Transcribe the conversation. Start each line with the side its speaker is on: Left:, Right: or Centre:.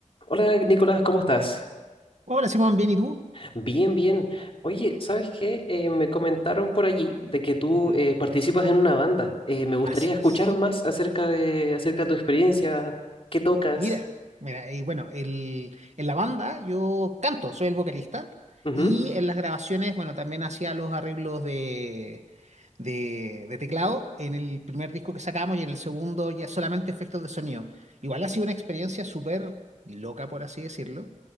Left: Hola Nicolás, ¿cómo estás?
Right: Hola Simón, ¿bien y tú?
Left: Bien, bien. Oye, ¿sabes qué? Eh, me comentaron por allí de que tú
Right: Ujú.
Left: eh, participas en una banda. Eh, me gustaría
Right: Así
Left: escuchar
Right: es.
Left: más acerca de, acerca de tu experiencia, qué tocas.
Right: Mira, mira, y bueno, el- en la banda yo canto, soy el vocalista
Left: Ujú.
Right: y en las grabaciones, bueno, también hacía los arreglos de, de, de teclado en el primer disco que sacamos y en el segundo ya solamente efectos de sonido. Igual ha sido una experiencia súper loca, por así decirlo,